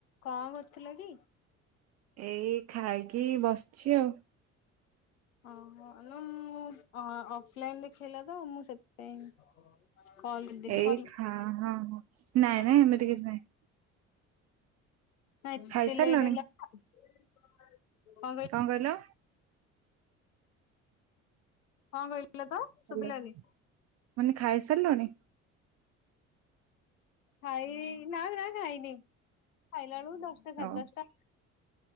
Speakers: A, on the left (about 80°); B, on the right (about 40°).
A: କଣ କରୁଥିଲ କି?
B: ଏଇ ଖାଇକି ବସିଛି ଆଉ।
A: ଓହୋ ନା ମୁଁ ଅ ଅଫଲାଇନ ଦେଖେଇଲା ତ ମୁଁ ସେଥିପାଇଁ। କଲ କରିଦେଲି
B: ଏଇ
A: ସରି
B: ହଁ ହଁ ନାଇଁ ନାଇଁ ଏମିତି କିଛି ନାଇଁ।
A: ନା ଏତେ
B: ଖାଇସାରିଲଣି
A: ଲେଟ୍ ହେଲା ନା କଣ କହିଲେ?
B: କଣ କହିଲ?
A: କଣ କହିଲ ତ? ଶୁଭିଲାନି
B: ହେଲା ମାନେ ଖାଇସାରିଲାଣି?
A: ଖାଇ ନା ନା ଖାଇନି ଖାଇଲାଳୁ ଦଶଟା ସାଢେ
B: ଓ
A: ଦଶଟା।